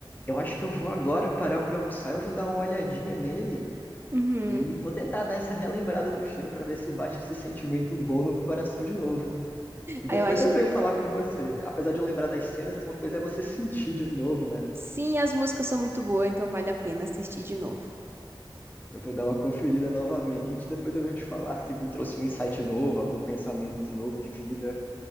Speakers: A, on the left (about 20°); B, on the right (about 25°).
A: Eu acho que eu vou agora parar para almoçar, eu vou dar uma olhadinha nele
B: Uhum.
A: e vou tentar dar essa relembrada no filme para ver se bate esse sentimento bom no coração de novo. E
B: Ah,
A: depois
B: eu acho
A: eu
B: que
A: venho
B: vai.
A: falar com você. Apesar de eu lembrar das cenas, uma coisa é você sentir de novo, né?
B: Sim, as músicas são muito boas, então vale a pena assistir de novo.
A: Eu vou dar uma conferida novamente, depois eu venho te falar se me trouxe um insight novo, algum pensamento novo de vida.